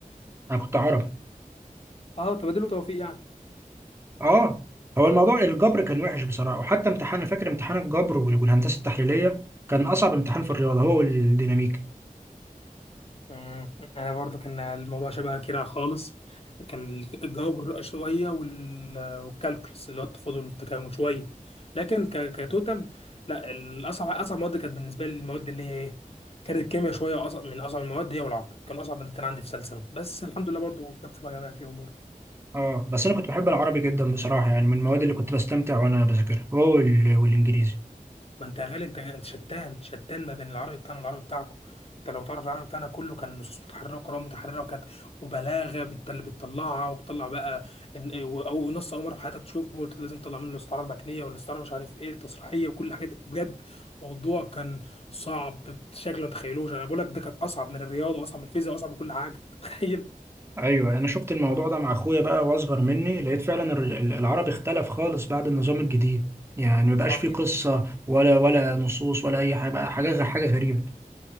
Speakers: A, on the right (about 15°); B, on the left (about 45°).
A: انا كنت عربي
B: اه تبادل وتوفيق يعني
A: اه هو الموضوع الجبر كان وحش بصراحه وحتى امتحان أنا فاكر امتحان الجبر وال- والهندسه التحليليه كان اصعب امتحان في الرياضه هو والديناميكا
B: مم. انا برضو كان الموضوع شبه كده خالص كان الجبر شويه وال- والكالكولس اللي هو التفاضل والتكامل شويه لكن ك- كتوتال لا الاصعب اصعب مواد كانت بالنسبه لي المواد اللي هي ايه كانت الكيمياء شويه اصعب من اصعب المواد هي والعربي كان اصعب مادتين عندي في ثالثه ثانوي بس الحمد لله برضو جبت مجاميع فيهم برضو.
A: اه بس انا كنت بحب العربي جدا بصراحه يعني من المواد اللي كنت بستمتع وانا بذاكرها هو وال- والانجليزي
B: ما انت يا غالي انت انت شتان شتان ما بين العربي بتاعنا والعربي بتاعكم انت لو تعرف العربي بتاعنا كله كان نصوص متحرره وقراءه متحرره وكانت وبلاغه بت- اللي بتطلعها وبتطلع بقى ان- او نص اول مره في حياتك تشوفه قلت لازم تطلع منه الاستعاره المكنيه والاستعاره مش عارف ايه التصريحيه وكل الحاجات دي. بجد موضوع كان صعب بشكل ما تتخيلوش انا بقول لك ده كانت اصعب من الرياضه واصعب من الفيزياء واصعب من كل حاجه <laughs> تخيل
A: ايوه انا شفت الموضوع ده مع اخويا بقى واصغر مني لقيت فعلا الر- ال- العربي اختلف خالص بعد النظام الجديد يعني مبقاش
B: صعب
A: فيه
B: جدا
A: قصه ولا ولا نصوص ولا اي حاجه بقى حاجه حاجه غريبه